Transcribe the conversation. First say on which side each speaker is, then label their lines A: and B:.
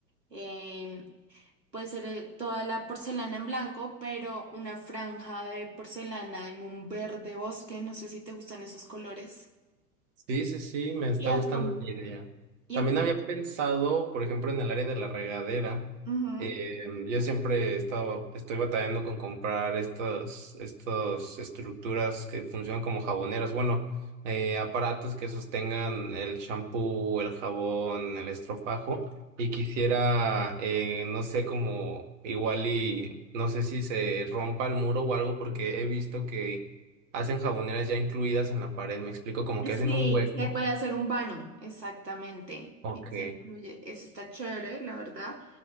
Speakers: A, on the right (about 85°); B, on the right (about 50°).
A: em, Puede ser eh, toda la porcelana en blanco, pero una franja de porcelana en un verde bosque. No sé si te gustan esos colores.
B: Sí, sí, sí, me está
A: Y a
B: gustando
A: com-
B: la idea.
A: y
B: También
A: a com-
B: había pensado, por ejemplo, en el área de la regadera.
A: ujú.
B: eh, yo siempre he estado, estoy batallando con comprar estas, estas estructuras que funcionan como jaboneras. Bueno, eh, aparatos que sostengan el champú, el jabón, el estropajo. Y quisiera, eh, no sé, como igual y no sé si se rompa el muro o algo, porque he visto que Hacen jaboneras ya incluidas en la pared, me explico, como que hacen
A: Sí,
B: un hueco.
A: se puede hacer un vano, exactamente.
B: Ok.
A: Se incluye, eso está chévere, la verdad.